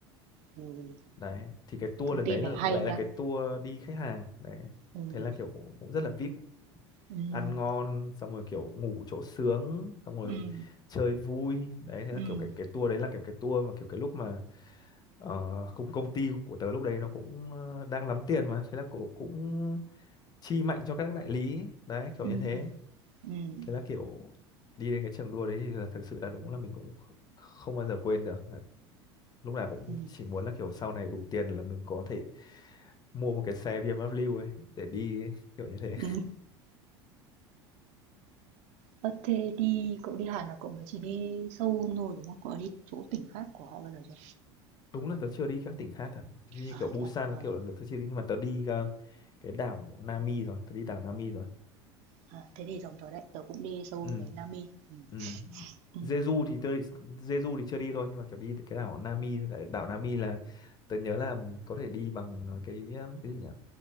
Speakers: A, on the right (about 55°); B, on the left (about 30°).
A: ừm,
B: đấy thì cái tour
A: thông
B: lần
A: tin
B: đấy
A: này hay
B: lại
A: nha.
B: là cái tour đi khách hàng đấy
A: Ừm,
B: thế là kiểu cũng cũng rất là VIP
A: ừm,
B: ăn ngon xong rồi kiểu ngủ chỗ sướng xong rồi
A: ừm,
B: chơi vui đấy thế
A: ừm,
B: là kiểu cái cái tour đấy là kiểu cái tour mà kiểu cái lúc mà uh, công công ty của tớ lúc đấy nó cũng ờ, đang lắm tiền mà thế là cổ cũng chi mạnh cho các đại lý đấy kiểu
A: ừm,
B: như thế
A: ừm,
B: thế là kiểu đi đến cái trường đua đấy thì là thực sự là đúng là mình cũng kh- không bao giờ quên được lúc nào cũng
A: ừm,
B: chỉ muốn là kiểu sau này đủ tiền là mình có thể mua một cái xe BMW ấy để đi ấy, kiểu như thế
A: ừm. Ơ, thế đi cậu đi Hàn là cậu mới chỉ đi Seoul thôi đúng không? Cậu đã đi chỗ tỉnh khác của họ bao giờ chưa?
B: đúng là tớ chưa đi các tỉnh khác thật Chứ như
A: À
B: kiểu Busan
A: thế à? Ờ,
B: các kiểu là, là tớ chưa đi nhưng mà tớ đi ờ, cái đảo Nami rồi tớ đi đảo Nami rồi
A: à, thế thì giống tớ đấy, tớ cũng đi Seoul
B: ừ
A: với Nami. Ừm,
B: ừ
A: ừm,
B: Jeju thì tớ Jeju thì chưa đi thôi nhưng mà kiểu đi cái đảo Nami tại đảo Nami là tớ nhớ là có thể đi bằng cái ờ, cái gì nhỉ